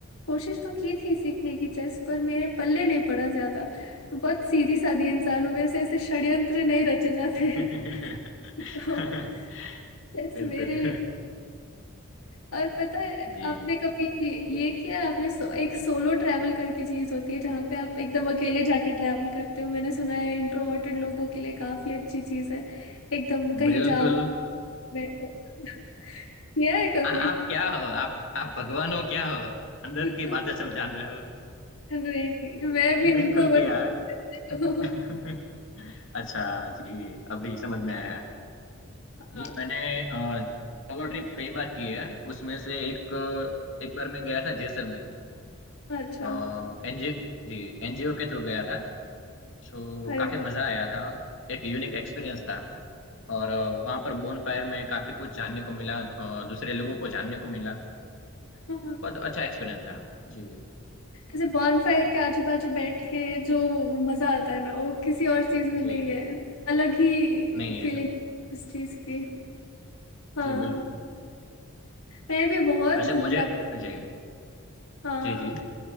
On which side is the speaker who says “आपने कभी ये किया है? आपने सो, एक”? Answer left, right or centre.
Left